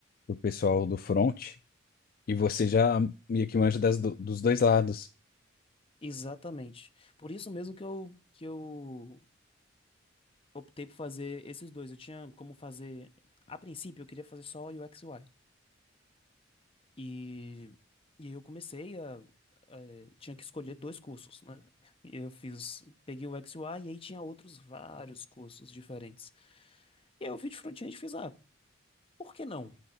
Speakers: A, on the left (about 45°); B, on the left (about 30°).
A: pessoal do front e você já meio que manja das, do- dos dois lados.
B: Exatamente. Por isso mesmo que eu, que eu optei por fazer esses dois. Eu tinha como fazer. A princípio, eu queria fazer só UX e UI. E, e aí eu comecei a, a- Tinha que escolher dois cursos, né? E eu fiz. Peguei o UX e UI e aí tinha outros vários cursos diferentes. E aí eu fiz de front-end e fiz, ah, por que não?